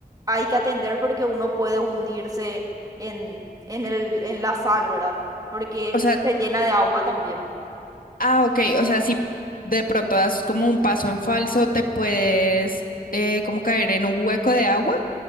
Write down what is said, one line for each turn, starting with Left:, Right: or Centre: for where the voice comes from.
Right: hay que atender porque uno puede hundirse en, en el, en la sal, ¿verdad? Porque
Left: O sea,
Right: se llena de agua también.
Left: ah, ok, o sea, si de pronto das como un paso en falso, te puedes eh, como caer en un hueco de agua